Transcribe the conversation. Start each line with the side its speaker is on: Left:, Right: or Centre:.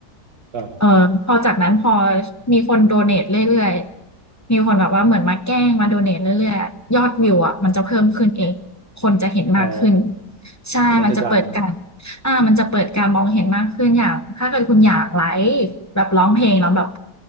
Right: ครับ
Left: เออพอจากนั้นพอมีคนโดเนทเรื่อยๆมีคนแบบว่าเหมือนมาแกล้งมาโดเนทเรื่อยๆยอดวิวอะมันจะเพิ่มขึ้นเองคนจะเห็นมากขึ้น
Right: อ๋อ
Left: ใช่มันจะเปิดการ
Right: แล้วมันจะดัน
Left: อามันจะเปิดการมองเห็นมากขึ้นอย่างถ้าเกิดคุณอยากไลฟ์แบบร้องเพลงแล้วแบบ